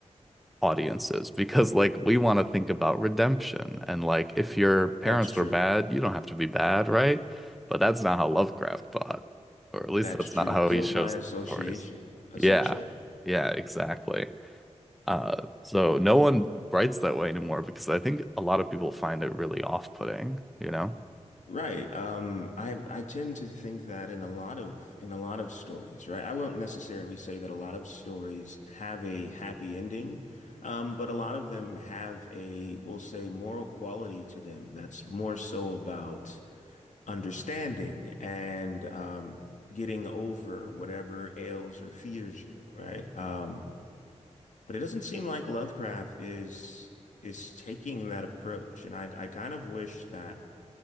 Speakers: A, in the centre; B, on the left.
A: audiences because like we want to think about redemption and like if your parents
B: That's true.
A: were bad, you don't have to be bad, right? But that's not how Lovecraft thought, or at least
B: That's
A: that's
B: true.
A: not how
B: Guilt
A: he shows
B: by association,
A: in the stories.
B: essentially.
A: Yeah. Yeah, exactly. Uh, so no one writes that way anymore because I think a lot of people find it really off-putting, you know?
B: Right. Um, I I tend to think that in a lot of in a lot of stories, right? I won't necessarily say that a lot of stories have a happy ending, um, but a lot of them have a, we'll say, moral quality to them that's more so about understanding and um, getting over whatever ails or fears you, right? Um, but it doesn't seem like Lovecraft is is taking that approach, and I I kind of wish that